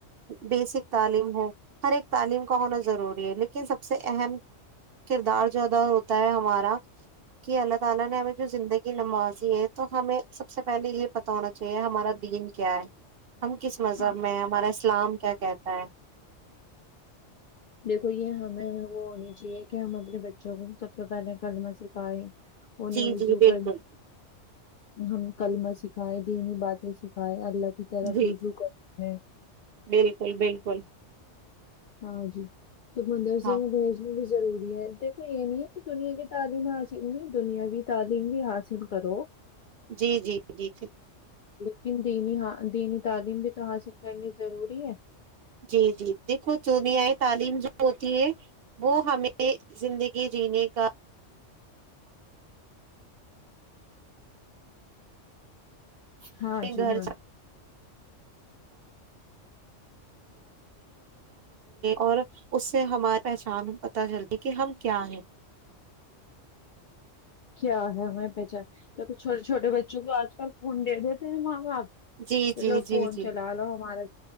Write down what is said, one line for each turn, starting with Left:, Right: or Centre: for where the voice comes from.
Right: بیسک تعلیم ہو ہر ایک تعلیم کا ہونا ضروری <unintelligible> ہم کس مذہب
Left: ہاں
Right: میں ہمارا اسلام کیا ہاں
Left: دیکھو یہ ہمیں وہ ہونی چاہیے کہ ہم اپنے بچوں کو سب سے پہلے کلمہ سکھائے ان نے
Right: جی
Left: رضو
Right: جی بالکل
Left: کر ہم کلمہ سکھائے دینی باتیں سکھائے الگ کی طرف
Right: جی
Left: رجوع کرتے ہیں
Right: بالکل بالکل
Left: ہاں جی تو مدرسہ
Right: ہاں
Left: میں بھیج ضروری ہے دیکھو یہ نہیں ہے کہ دنیا کی تعلیم حاصل نہیں دنیاو تعلیم بھی حاصل کرو
Right: جی جی جی
Left: لیکن دینی دینی تعلیم بھی تو حاصل کرنی ضروری ہے
Right: جی جی دیکھو چ بھی آئے تعلیم جو ہوتی ہے وہ ہمیں زندگی جینے کا
Left: ہاں
Right: گھر
Left: جی ہاں
Right: اور اس سے ہمارے پہچان پت جلدی کہ ہم کیا ہیں
Left: کیا ہے ہم پہچان چھوٹے چھوٹے بچوں کو آج کل فون دے دیتے ہیں ماں باپ
Right: جی
Left: کہ
Right: جی
Left: لو فون
Right: جی جی
Left: چلا لو ہمارا